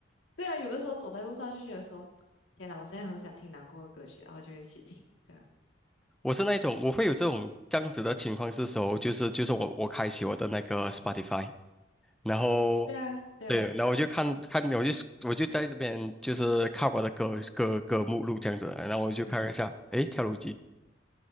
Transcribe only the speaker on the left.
对啊，有的时候走在路上就觉得说，天哪，我现在很想听难过的歌曲，然后就一起听。这样，
嗯，
对啊，对啊，
嗯。